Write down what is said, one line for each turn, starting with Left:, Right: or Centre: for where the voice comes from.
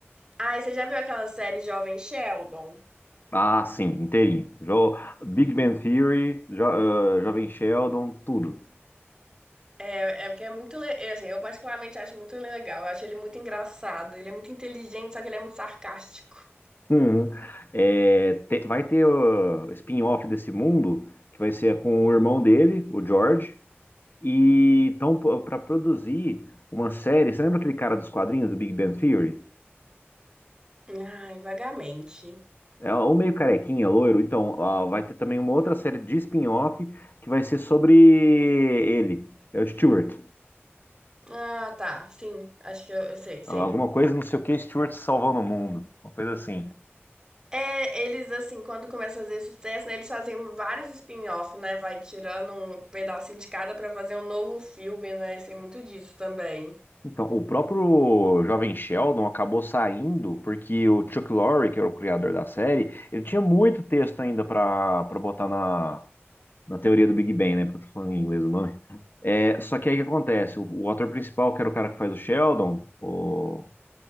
Right: Ai, você já viu aquela série Jovem Sheldon?
Left: Ah, sim, inteirinho. Jo- Big Bang Theory, Jo- eh, Jovem Sheldon, tudo.
Right: É, é porque é muito. le- Eu, assim, eu particularmente acho muito legal. Eu acho ele muito engraçado. Ele é muito inteligente, só que ele é muito sarcástico.
Left: Uhum. É, te- vai ter o spin-off desse mundo, que vai ser com o
Right: Hum.
Left: irmão dele, o George, e então para produzir uma série. Você lembra aquele cara dos quadrinhos do Big Bang Theory?
Right: Ai, vagamente.
Left: É um meio carequinha, loiro. Então, ah, vai ter também uma outra série de spin-off que vai ser sobre ele, é o Stewart.
Right: Ah, tá. Sim, acho que eu, eu sei, sei.
Left: Alguma coisa, não sei o que, Stewart salvando o mundo. Uma coisa assim.
Right: É, eles, assim, quando começam a fazer sucesso, né, eles fazem vários spin-off, né? Vai tirando um pedacinho de cada pra fazer um novo filme, né? Tem muito disso também.
Left: Então, o próprio jovem Sheldon acabou saindo porque o Chuck Lorre, que era o criador da série, ele tinha muito texto ainda para para botar na, na teoria do Big Bang, né? Porque eu tô falando em inglês o nome. É, só que aí o que acontece? O, o ator principal, que era o cara que faz o Sheldon, o,